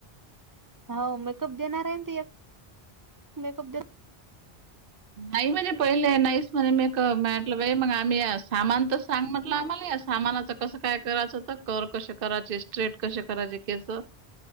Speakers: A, on the right; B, on the right.
A: हाव मेकअप देणार आहे ति एक, मेकअप दे
B: आई म्हणे पहिले नाहीस म्हणे मेकअप म्या आपलं बाई मग आम्ही या सामान तर सांग म्हटलं आम्हाला या सामानाचं कसं? काय करायचं तर कर कश करायचे स्ट्रेट कसे करायचे केस